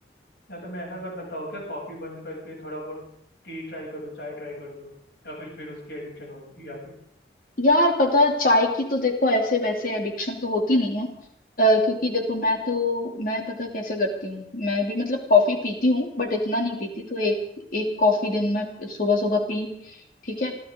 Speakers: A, on the left; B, on the left.
A: या तो मैं ऐसा कर सकता हूँ क्या कॉफी बंद करके थोड़ा बहुत टी ट्राई कर दूँ चाय ट्राई कर दूँ या फिर फिर उसकी एडिक्शन होगी या फिर
B: यार पता है, चाय की तो देखो ऐसे वैसे एडिक्शन तो होती नहीं है अ, क्योंकि देखो मैं तो मैं पता कैसे करती हूँ मैं भी मतलब कॉफी पीती हूँ बट इतना नहीं पीती तो एक एक कॉफी दिन में सुबह सुबह पी ठीक है